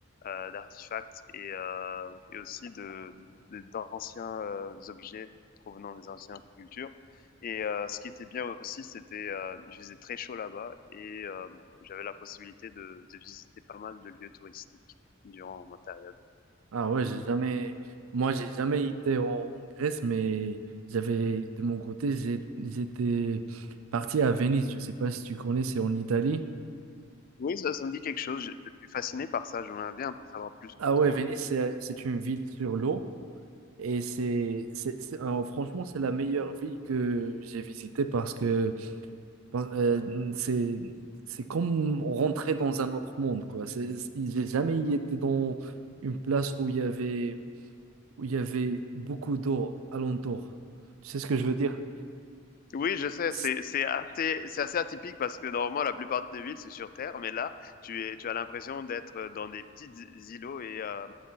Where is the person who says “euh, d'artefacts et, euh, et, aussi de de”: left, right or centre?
Left